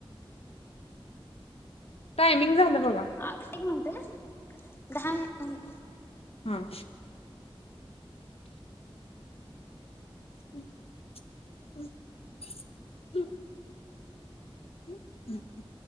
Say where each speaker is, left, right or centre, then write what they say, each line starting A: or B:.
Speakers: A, on the left (about 85°); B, on the left (about 25°).
A: टायमिंग झालं. बघा
B: अ एक मिनिटं हम दहा न
A: हा <unintelligible> हम्म हम्म